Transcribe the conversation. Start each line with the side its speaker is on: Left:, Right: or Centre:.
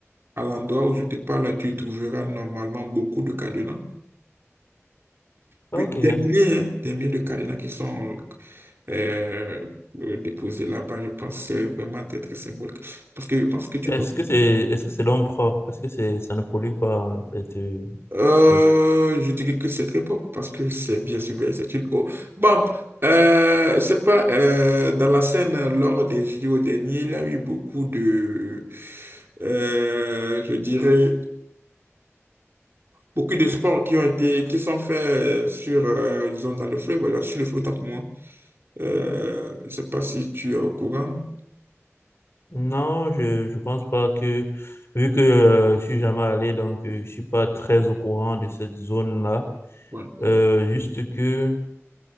Right: à l'endroit où je te parle, tu trouveras normalement beaucoup de cadenas.
Left: Ok.
Right: Oui, des milliers, hein, des milliers de cadenas qui sont euh, euh, déposés là-bas. Je pense que c'est vraiment très, très symbolique. Parce que je pense que tu
Left: Est-ce
Right: vois.
Left: que c'est, est-ce que c'est l'homme propre? Parce que c'est, ça ne pollue pas, en fait. euh,
Right: Euh,
Left: je-
Right: je dirais que c'est très propre parce que c'est bien sûr, c'est une eau. Bon, euh, c'est pas euh, dans la scène lors des JO derniers, il y a eu beaucoup de, euh, je dirais, beaucoup de sports qui ont été, qui sont faits sur, euh, disons, dans le fleuve, voilà sur le fleuve, tant que moi. Euh, je ne sais pas si tu es au courant.
Left: Non, je, je pense pas que, vu que euh, je suis jamais allé, donc euh, je suis pas très au courant de cette zone-là.
Right: Ouais.
Left: Euh, juste que